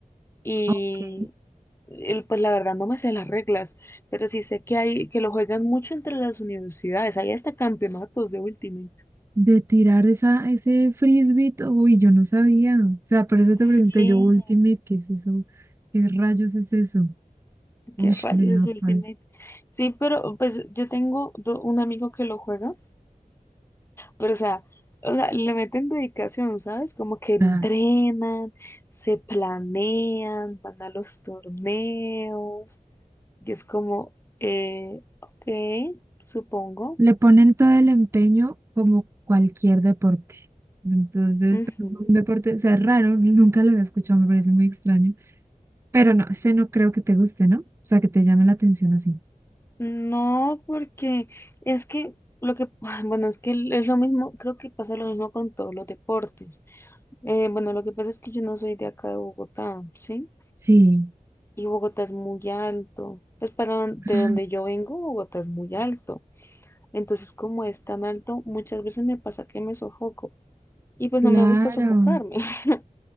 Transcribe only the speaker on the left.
y
el- pues la verdad no me sé las reglas, pero sí sé que hay, que lo juegan mucho entre las universidades, hay hasta campeonatos de Ultimate.
Sí,
qué rayos
es Ultimate.
Sí, pero pues yo tengo do- un amigo que lo juega. Pero, o sea, o sea, le meten dedicación, ¿sabes? Como que entrenan,
se planean, van a los torneos, y es como, eh, ok, supongo.
Ujú.
No, porque es que lo que, <sighs> bueno, es que es lo mismo, creo que pasa lo mismo con todos los deportes. Eh, bueno, lo que pasa es que yo no soy de acá de Bogotá, ¿sí?
Y Bogotá es muy alto. Pues para don- de
donde yo vengo, Bogotá es muy alto. Entonces, como es tan alto, muchas veces me pasa que me sofoco. Y pues
no me gusta sofocarme, <laughs>